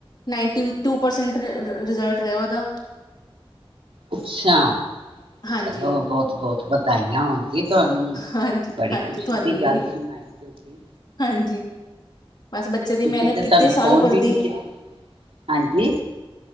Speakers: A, on the left; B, on the right.
A: ਨਾਈਨਟੀ ਟੂ ਪਰਸੈਂਟ ਰਿਜ਼ਲਟ ਰਿਹਾ ਉਹਦਾ
B: ਅੱਛਾ
A: ਹਾਂਜੀ
B: ਚਲੋ ਬਹੁਤ ਬਹੁਤ ਵਧਾਈਆਂ ਹੋਣ ਜੀ ਤੁਹਾਨੂੰ
A: ਹਾਂਜੀ
B: ਬੜੀ
A: ਹਾਂਜੀ
B: ਖੁਸ਼ੀ
A: ਤੁਹਾਨੂੰ
B: ਦੀ
A: ਵੀ
B: ਗੱਲ
A: ਹੀ
B: ਸੁਣਾਈ ਤੁਸੀਂ
A: ਹਾਂਜੀ ਬਸ ਬੱਚੇ ਦੀ
B: ਤੁਸੀਂ
A: ਮਿਹਨਤ
B: ਤੇ
A: ਕੀਤੀ
B: ਸਾਨੂੰ
A: ਹੈ ਸਾਲ
B: ਫੋਨ
A: ਪੜ੍ਹਦੀ
B: ਵੀ ਨੀ ਕੀਤਾ ਹਾਂਜੀ